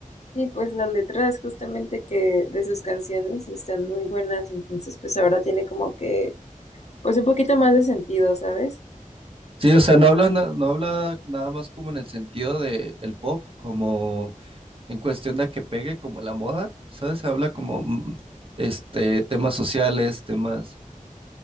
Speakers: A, on the left; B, on the right.
A: Sí, pues las letras justamente que de sus canciones están muy buenas, entonces pues ahora tiene como que, pues un poquito más de sentido, ¿sabes?
B: Sí, o sea, no habla, na- no, habla nada más como en el sentido de el pop, como en cuestión de que pegue como la moda, ¿sabes? Habla como, mm, este, temas sociales, temas,